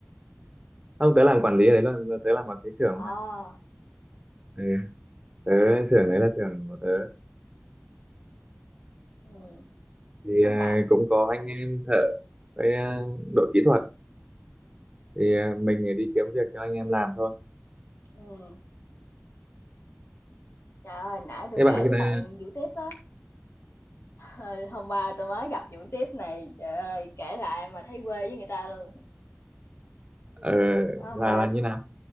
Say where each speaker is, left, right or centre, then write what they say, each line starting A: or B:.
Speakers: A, on the right; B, on the left.
A: không tớ làm quản lý ở đấy luôn, tớ làm quản lý xưởng
B: Ờ,
A: mà ừ. tớ xưởng đấy là xưởng của tớ
B: ừm,
A: thì
B: lúc
A: ờ,
B: nãy
A: cũng có anh em thợ với ờ, đội kỹ thuật thì ờ, mình đi kiếm việc cho anh em làm thôi
B: ừm, trời ơi, nãy tôi
A: thế
B: kể
A: bạn
B: với
A: ờ,
B: bạn vụ tiếp á, ờ, hôm qua tôi mới gặp vụ tiếp này, trời ơi, kể lại mà thấy quê với người ta luôn.
A: ờ,
B: Hôm hôm
A: là
B: qua
A: là như nào